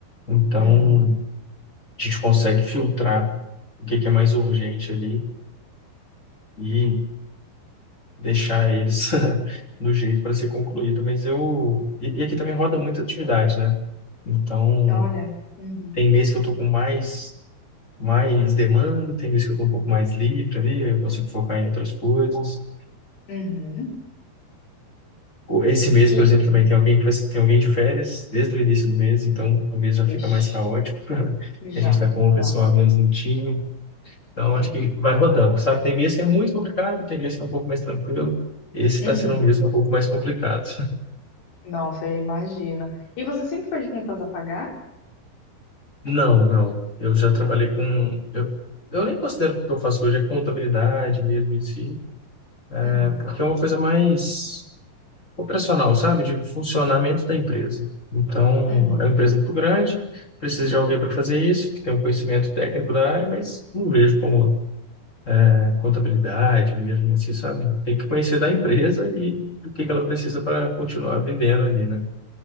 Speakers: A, on the left; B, on the left.
A: então
B: uhum.
A: a gente consegue filtrar o que que é mais urgente ali e deixar eles <laughs> no jeito para ser concluído. Mas eu. E, e aqui também roda muita atividade, né? Então,
B: Olha, uhum,
A: tem mês que eu tô com mais mais demanda, tem vezes que eu estou um pouco mais livre ali, aí eu consigo focar em outras coisas.
B: uhum.
A: O- Esse mês,
B: E,
A: por exemplo,
B: e
A: também tem alguém que vai, tem alguém de férias desde o início do mês, então o mês já
B: vixe,
A: fica mais caótico. <laughs>
B: já,
A: A gente está com
B: já,
A: o pessoal a menos no time, então
B: sim.
A: acho que vai rodando, sabe? Tem mês que é muito complicado, tem mês que é um pouco mais tranquilo. Esse está
B: Uhum.
A: sendo um mês um pouco mais complicado. <laughs>
B: Nossa, eu imagino. E você sempre foi de contas a pagar?
A: Não, não. Eu já trabalhei com. Eu, eu nem considero que o que eu faço hoje é contabilidade mesmo em si, né?
B: Uhum,
A: porque é uma coisa mais operacional, sabe? De funcionamento da empresa. Então,
B: uhum.
A: é uma empresa muito grande, precisa de alguém para fazer isso, que tem um conhecimento técnico da área, mas não vejo como né, contabilidade mesmo assim, sabe? Tem que conhecer da empresa e o que que ela precisa para continuar vivendo ali, né?